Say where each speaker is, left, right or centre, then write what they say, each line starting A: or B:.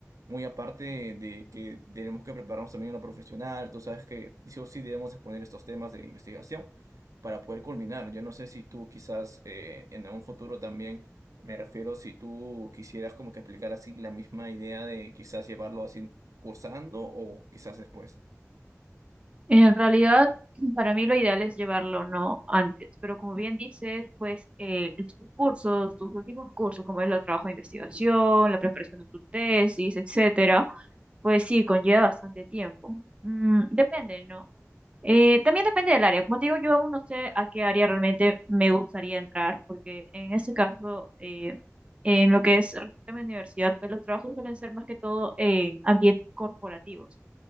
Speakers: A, on the right (about 80°); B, on the right (about 20°).
A: muy aparte de que tenemos que prepararnos también en lo profesional, tú sabes que sí o sí debemos exponer estos temas de investigación para poder culminar. Yo no sé si tú quizás eh, en un futuro también, me refiero si tú quisieras como que aplicar así la misma idea de quizás llevarlo así cursando o quizás después.
B: En realidad, para mí lo ideal es llevarlo no antes, pero como bien dices, pues eh, tus cursos, tus últimos cursos, como es el trabajo de investigación, la preparación de tu tesis, etcétera, pues sí, conlleva bastante tiempo. Mm, depende, ¿no? Eh, también depende del área. Como te digo, yo aún no sé a qué área realmente me gustaría entrar, porque en ese caso, eh, en lo que es respecto a mi universidad, pues los trabajos suelen ser más que todo en ambientes corporativos.